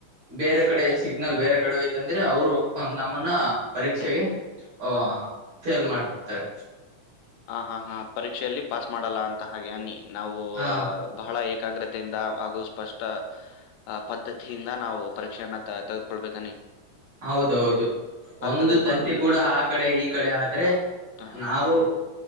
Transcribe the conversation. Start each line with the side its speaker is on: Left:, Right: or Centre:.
Right: ಬೇರೆ ಕಡೆ ಸಿಗ್ನಲ್ ಬೇರೆ ಕಡೆ ಹೋಯ್ತಂದ್ರೆ ಅವ್ರು ನಮ್ಮನ್ನ ಪರೀಕ್ಷೆಗೆ
Left: ಹ್ಮ್
Right: ಒ ಫೇಲ್ ಮಾಡಬೇ ತಾರೆ
Left: ಹಾ ಹಾ ಹಾ ಪರೀಕ್ಷೆಯಲ್ಲಿ ಪಾಸ್ ಮಾಡಲ್ಲಾ ಅಂ ಹಾಗೆ ಅನ್ನಿ ನಾವು
Right: ಹ
Left: ಅ ಬಹಳ ಏಕಾಗ್ರತೆಯಿಂದ್ ಹಾಗು ಸ್ಪಷ್ಟ ಆ ಪದ್ಧತಿಯಿಂದ ನಾವು ಪರೀಕ್ಷೆಯನ್ನ ತೆಗೆದುಕೊಳ್ಬೇಕನಿ
Right: ಹೌದೌದು ಒಂದು
Left: ತೆಗೆದುಕೊಂಡು
Right: ತಂತಿ ಕೂಡ ಆ ಕಡೆ ಈ ಕಡೆ ಆದ್ರೆ
Left: ಹಾ ಹಾ
Right: ನಾವು